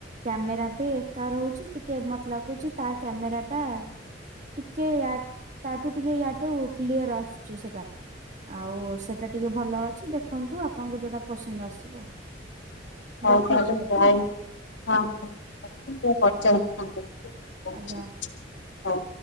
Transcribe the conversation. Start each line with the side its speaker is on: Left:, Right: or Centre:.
Right: କ୍ୟାମେରା ବି ଏକା ରହୁଛି ଟିକେ ମତେ ଲାଗୁଛି ତା କ୍ୟାମେରା ଟା। ଟିକେ ୟା ତାଠୁ ଟିକେ ୟାଠୁ କ୍ଲିୟର ଆସୁଛି ସେଟା। ଆଉ ସେଇଟା ଟିକେ ଭଲ ଅଛି ଦେଖନ୍ତୁ ଆପଣଙ୍କୁ ଯୋଉଟା ପସନ୍ଦ ଆସିବ। ମୁଁ
Left: ହଉ
Right: ରଖୁଛି
Left: ତାଲ <unintelligible>
Right: ଆଜି
Left: ହଁ
Right: ଆଉ
Left: ହ ମୁଁ ପଚା <unintelligible>
Right: ଆଜ୍ଞା।
Left: ହ